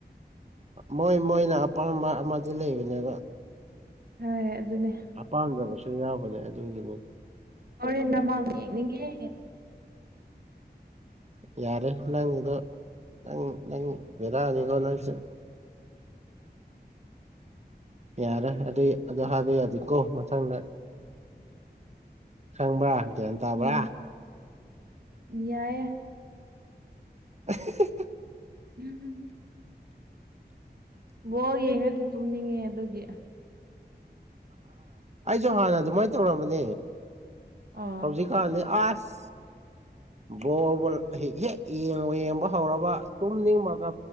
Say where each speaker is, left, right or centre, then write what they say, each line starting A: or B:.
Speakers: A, on the right; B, on the right.
A: ꯃꯣꯏ ꯃꯣꯏꯅ ꯑꯄꯥꯝꯕ ꯑꯃꯗꯤ ꯂꯩꯕꯅꯦꯕ
B: ꯍꯣꯏ ꯑꯗꯨꯅꯦ
A: ꯑꯄꯥꯝꯗꯕꯁꯨ ꯌꯥꯎꯕꯅꯦ ꯑꯗꯨꯒꯤ
B: ꯑꯣꯔꯦꯟꯗ ꯃꯥꯕꯨ ꯌꯦꯡꯅꯤꯡꯉꯦ
A: ꯌꯥꯔꯦ ꯅꯪꯒꯤꯗꯣ ꯅꯪ ꯅꯪ ꯕꯦꯔꯥꯅꯤꯒꯣ ꯅꯪꯁꯦ ꯌꯥꯔꯦ ꯑꯗꯨꯏ ꯑꯗꯨ ꯍꯥꯏꯕ ꯌꯥꯗꯦꯀꯣ ꯃꯊꯪꯗ ꯈꯪꯕ꯭ꯔ ꯒꯌ꯭ꯥꯟ ꯇꯥꯕ꯭ꯔ
B: ꯎꯝ ꯌꯥꯏꯌꯦ
A: <unintelligible>
B: ꯎꯝ ꯕꯣꯜ ꯌꯦꯡꯔꯗꯤ ꯇꯨꯝꯅꯤꯡꯉꯦ ꯑꯗꯨꯒꯤ
A: ꯑꯩꯁꯨ ꯍꯥꯟꯅ ꯑꯗꯨꯃꯥꯏꯅ ꯇꯧꯔꯝꯕꯅꯦ
B: ꯑꯥ
A: ꯍꯧꯖꯤꯛꯀꯥꯟꯗꯤ ꯑꯁ
B: <inaudible>
A: ꯕꯣꯜꯕꯨ ꯍꯦꯛ ꯌꯦꯡꯕꯨ ꯌꯦꯡꯕ ꯍꯧꯔꯕ ꯇꯨꯝꯅꯤꯡꯕꯒ